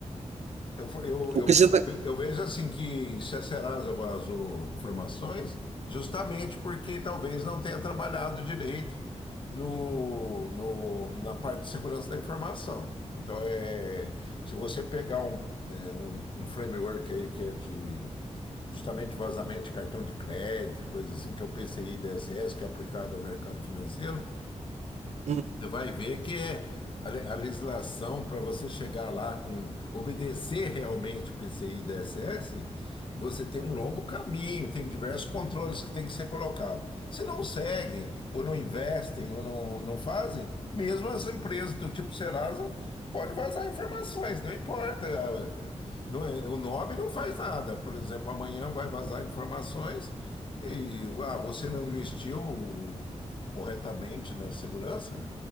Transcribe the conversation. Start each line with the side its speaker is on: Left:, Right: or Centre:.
Left: eu, eu, eu,
Right: O que você tá...
Left: eu, eu vejo assim que se a Serasa vazou informações, justamente porque talvez não tenha trabalhado direito no, no, na parte de segurança da informação. Então, é, se você pegar um, é, um, um framework aí que é de justamente vazamento de cartão de crédito, coisa assim, que é o PCI DSS, que é aplicado ao mercado financeiro,
Right: Hum,
Left: você vai ver que é a le- a legislação para você chegar lá com obedecer realmente o PCI DSS, você tem um longo caminho, tem diversos controles que tem que ser colocado. Se não seguem, ou não investem, ou não, não fazem, mesmo as empresas do tipo Serasa pode vazar informações, não importa. ah, Não é- o nome não faz nada. Por exemplo, amanhã vai vazar informações e ah, você não investiu corretamente na segurança?